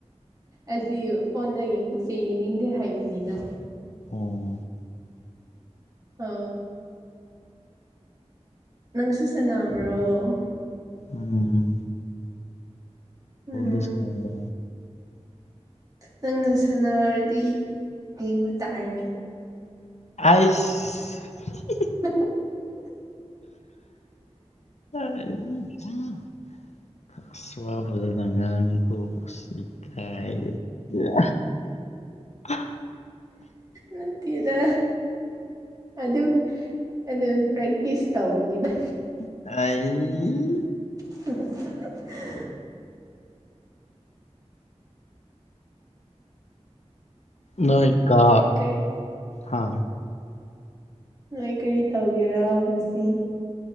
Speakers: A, on the right; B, on the left.
A: ꯑꯁꯤ ꯐꯣꯟꯗ ꯌꯦꯡꯕꯁꯦ ꯌꯦꯡꯅꯤꯡꯗꯦ ꯍꯥꯏꯕꯅꯤꯗ
B: ꯑꯣ
A: ꯑ ꯅꯪꯁꯨ ꯁꯟꯅꯕ꯭ꯔꯣ
B: ꯎꯝ
A: ꯎꯝ
B: ꯀꯩ ꯁꯥꯅꯩꯕ
A: ꯅꯪꯅ ꯁꯥꯟꯅꯔꯗꯤ ꯌꯦꯡꯕ ꯇꯥꯔꯦꯅꯦ
B: ꯑꯥꯏꯁ
A: <inaudible>
B: <inaudible> ꯑꯁ ꯋꯥ ꯐꯖꯅ ꯉꯥꯡꯏ ꯀꯣ ꯑꯁ ꯈꯥꯏꯔꯦ ꯏꯌꯥ ꯍꯥ
A: ꯅꯠꯇꯦꯗ ꯑꯗꯨꯝ ꯑꯗꯨꯝ ꯄ꯭ꯔꯦꯛꯇꯤꯁ ꯇꯧꯕꯅꯤꯗ
B: ꯑꯩ <inaudible>
A: <inaudible>
B: ꯅꯣꯏ ꯀꯣ
A: ꯅꯣꯏ ꯀꯔꯤ
B: ꯍꯥ
A: ꯅꯣꯏ ꯀꯔꯤ ꯇꯧꯒꯦꯔꯥ ꯉꯁꯤ